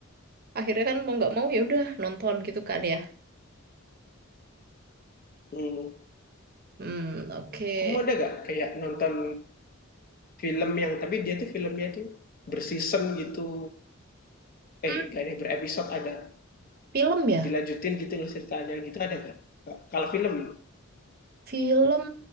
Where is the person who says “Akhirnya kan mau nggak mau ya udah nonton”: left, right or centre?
Right